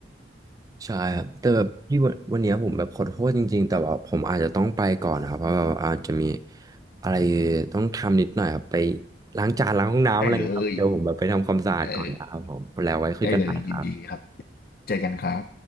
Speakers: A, on the right (about 20°); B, on the left (about 55°).
A: ใช่ครับแต่แบบพี่วันวันเนี้ยผมแบบขอโทษจริงๆแต่ว่าผมอาจจะต้องไปก่อนนะครับเพราะว่าอาจจะมีอะไรต้องทำนิดหน่อยครับไปล้างจานล้างห้องน้ำอะไรเงี้ยครับเดี๋ยวผมแบบไปทำความสะอาดก่อนนะครับผมแล้วไว้คุยกันใหม่ครับ
B: ได้เลยเออได้เลยยินดีครับเจอกันครับ